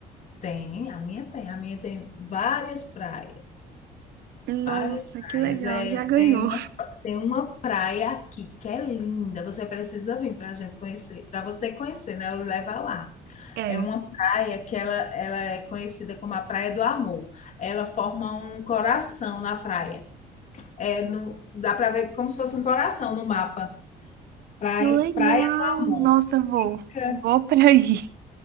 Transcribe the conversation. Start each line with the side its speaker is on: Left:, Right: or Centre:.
Left: tem, a minha tem, a minha tem várias praias.
Right: Nossa,
Left: Várias praias.
Right: que legal.
Left: É,
Right: Já ganhou.
Left: tem uma, tem uma praia aqui que é linda. Você precisa vir para a gente conhecer, para você conhecer, né? Eu levo lá.
Right: É.
Left: É uma praia que ela, ela é conhecida como a Praia do Amor. Ela forma um coração na praia. É no, dá para ver como se fosse um coração no mapa. Praia,
Right: Que legal.
Left: Praia do Amor.
Right: Nossa, vou.
Left: Fica,
Right: Vou pra aí.